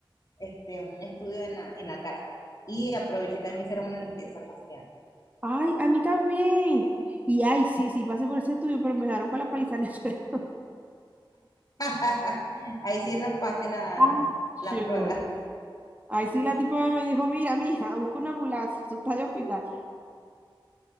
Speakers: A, on the left; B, on the right.
A: este, un estudio en la, en la cara. Y aproveché y también me hicieron una limpieza facial.
B: Ay, a mí también. Y ay, sí, sí, pasé por ese estudio, pero me dejaron con la paliza en el suelo. <laughs>
A: <laughs> Ahí sí raspaste la,
B: Acho.
A: la prueba.
B: ahí sí, la tipa me dijo, mira, mija, busca una ambulancia, tú estás de hospital.